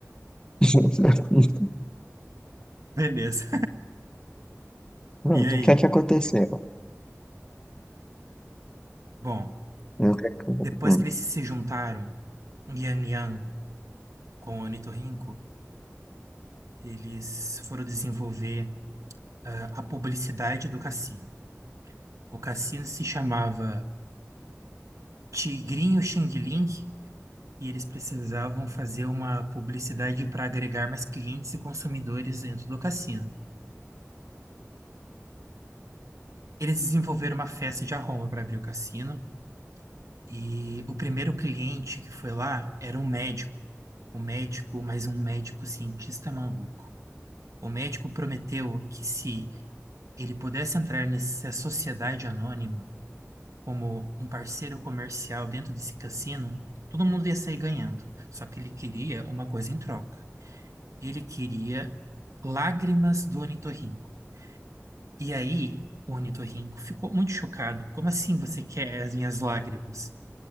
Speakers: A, on the left; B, on the right.
A: <laughs> Josefino.
B: Beleza.
A: Pronto,
B: E aí?
A: o que é que aconteceu?
B: Bom,
A: O que é que-
B: depois que eles se juntaram, Yang Yang com o Onitorrinco, eles foram desenvolver ah, a publicidade do cassino. O cassino se chamava Tigrinho Xing Ling e eles precisavam fazer uma publicidade para agregar mais clientes e consumidores dentro do cassino. Eles desenvolveram uma festa de arromba para abrir o cassino e o primeiro cliente que foi lá era um médico O médico, mas um médico cientista maluco. O médico prometeu que se ele pudesse entrar nessa sociedade anônima como um parceiro comercial dentro desse cassino, todo mundo ia sair ganhando. Só que ele queria uma coisa em troca. Ele queria lágrimas do ornitorrinco. E aí, o ornitorrinco ficou muito chocado. Como assim você quer as minhas lágrimas?